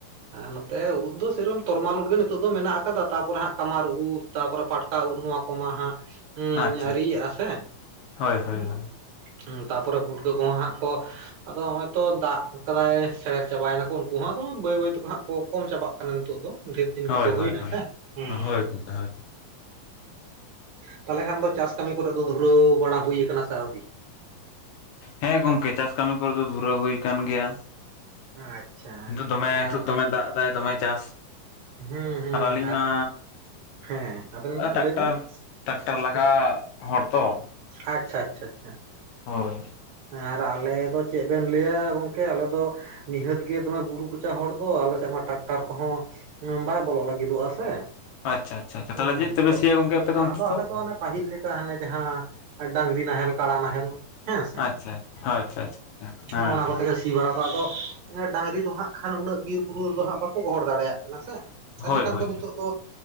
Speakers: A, on the right; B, on the left.
A: ᱱᱚᱛᱮ ᱩᱫ ᱫᱚ ᱥᱮᱨᱚᱠᱚᱢ ᱛᱚᱨᱢᱟᱞ ᱩᱫ ᱜᱮ ᱱᱤᱛᱚᱜ ᱫᱚ ᱢᱮᱱᱟᱜ ᱟᱠᱟᱫᱟ ᱛᱟᱨᱯᱚᱨᱮ ᱦᱟᱸᱜ ᱠᱟᱢᱟᱨ ᱩᱫ, ᱛᱟᱯᱚᱨᱮ ᱯᱟᱴᱠᱟ ᱩᱫ ᱱᱚᱣᱟ ᱠᱚᱢᱟ ᱦᱟᱸᱜ
B: ᱟᱪᱪᱷᱟ
A: ᱟᱨᱤᱭᱟᱜ-ᱟ
B: ᱟᱪᱪᱷᱟ
A: ᱥᱮ᱾
B: ᱦᱳᱭ ᱦᱳᱭ
A: ᱦᱩᱸ
B: ᱦᱳᱭ᱾
A: ᱛᱟᱯᱚᱨᱮ ᱯᱩᱴᱠᱟᱹ ᱠᱚᱦᱚᱸ ᱦᱟᱸᱜ ᱠᱚ ᱟᱫᱚ ᱱᱚᱜ ᱚᱭ ᱛᱚ ᱫᱟᱜ ᱠᱟᱫᱟᱭ ᱥᱮᱨ ᱪᱟᱵᱟᱭ ᱱᱟᱠᱚ ᱩᱱᱠᱩ ᱦᱚᱸ ᱟᱫᱚ ᱵᱟᱹᱭ ᱵᱟᱹᱭ ᱛᱮᱠᱚ ᱦᱟᱸᱜ ᱠᱚᱢ ᱪᱟᱵᱟᱜ ᱠᱟᱱᱟ ᱱᱤᱛᱳᱜ ᱫᱚ ᱰᱷᱮᱨ ᱫᱤᱱ
B: ᱦᱳᱭ
A: ᱜᱮᱠᱚ ᱦᱩᱭᱱᱟ
B: ᱦᱳᱭ ᱦᱳᱭ
A: ᱥᱮ ᱦᱩᱸ
B: ᱦᱳᱭ
A: ᱦᱩᱸ ᱦᱮᱸ
B: ᱜᱚᱝᱠᱮ ᱦᱳᱭ
A: ᱛᱟᱦᱚᱞᱮ ᱠᱷᱟᱱ ᱫᱚ ᱪᱟᱥ ᱠᱟᱹᱢᱤ ᱠᱚᱨᱮ ᱫᱚ ᱫᱷᱩᱨᱟᱹᱣ ᱵᱟᱲᱟ ᱦᱩᱭ ᱠᱟᱱᱟ ᱥᱮ ᱟᱹᱣᱨᱤ
B: ᱦᱮᱸ ᱜᱚᱝᱠᱮ ᱪᱟᱥ ᱠᱟᱹᱢᱤ ᱠᱚᱨᱮ ᱫᱚ ᱫᱷᱩᱨᱟᱹᱣ ᱦᱩᱭ ᱠᱟᱱ ᱜᱮᱭᱟ
A: ᱟᱪᱪᱷᱟ
B: ᱱᱤᱛᱚᱜ ᱫᱚᱢᱮ ᱱᱤᱛᱚᱜ
A: ᱟᱨ
B: ᱫᱚᱢᱮ ᱫᱟᱜ ᱮᱫᱟᱭ ᱫᱚᱢᱮ ᱪᱟᱥ
A: ᱦᱩᱸ ᱦᱩᱸ
B: ᱟᱨ ᱟᱹᱞᱤᱧ ᱢᱟ
A: ᱦᱮᱸ ᱟᱵᱮᱱ ᱫᱚ
B: ᱴᱨᱟᱠᱴᱟᱨ
A: ᱞᱟᱹᱭ ᱵᱮᱱ
B: ᱴᱨᱟᱠᱴᱟᱨ ᱞᱟᱜᱟ
A: ᱦᱩᱸ
B: ᱦᱚᱲ ᱛᱚ
A: ᱟᱪᱪᱷᱟ ᱟᱪᱷᱟ ᱟᱪᱪᱷᱟ
B: ᱦᱳᱭ
A: ᱟᱨ ᱟᱞᱮ ᱫᱚ ᱪᱮᱫ ᱵᱮᱱ ᱞᱟᱹᱭᱟ ᱜᱚᱝᱠᱮ ᱟᱞᱮ ᱫᱚ ᱱᱤᱦᱟᱹᱛ ᱜᱮ ᱫᱚᱢᱮ ᱵᱩᱨᱩ ᱠᱚᱪᱟ ᱦᱚᱲ ᱫᱚ ᱟᱞᱮᱥᱮᱫ ᱢᱟ ᱴᱨᱟᱠᱴᱟᱨ ᱠᱚᱦᱚᱸ, ᱦᱚᱸ ᱵᱟᱭ ᱵᱚᱞᱚᱜ ᱞᱟᱹᱜᱤᱫᱚᱜᱼᱟ ᱥᱮ
B: ᱟᱪᱪᱷᱟ ᱟᱪᱪᱷᱟ ᱟᱪᱪᱷᱟ
A: ᱦᱮᱸ
B: ᱛᱟᱦᱚᱞᱮ ᱪᱮᱫ ᱛᱮᱯᱮ ᱥᱤᱭᱟ ᱜᱚᱝᱠᱮ ᱟᱯᱮ ᱫᱚ ᱚᱱᱛᱮ
A: ᱟᱫᱚ
B: ᱫᱚ
A: ᱟᱞᱮ ᱚᱱᱮ, ᱯᱟᱹᱦᱤᱞ ᱞᱮᱠᱟ ᱦᱟᱱᱮ ᱡᱟᱦᱟᱸ ᱰᱟᱝᱨᱤ ᱱᱟᱦᱮᱞ ᱠᱟᱲᱟ ᱱᱟᱦᱮᱞ ᱦᱮᱸ ᱥᱮ
B: ᱟᱪᱪᱷᱟ ᱟᱪᱪᱷᱟ ᱟᱪᱪᱷᱟ ᱦᱮᱸ
A: ᱦᱩᱸ ᱚᱱᱟ ᱠᱚᱛᱮ
B: ᱦᱮᱸ
A: ᱜᱮ ᱥ ᱥᱤ ᱵᱟᱲᱟ ᱫᱚ ᱟᱫᱚ ᱰᱟᱝᱨᱤ ᱫᱚᱦᱟᱸᱜ ᱠᱷᱟᱱ ᱩᱱᱟᱹᱜ ᱵᱤᱨ ᱵᱩᱨᱩ ᱨᱮᱫᱚ ᱦᱟᱸᱜ ᱵᱟᱠᱚ ᱜᱚᱦᱚᱲ ᱫᱟᱲᱮᱭᱟᱜ ᱠᱟᱱᱟ ᱥᱮ ᱛᱟᱦᱚᱞᱮ
B: ᱦᱳᱭ
A: ᱠᱷᱟᱱ
B: ᱦᱳᱭ
A: ᱫᱚ ᱱᱤᱛᱚᱜ ᱫᱚ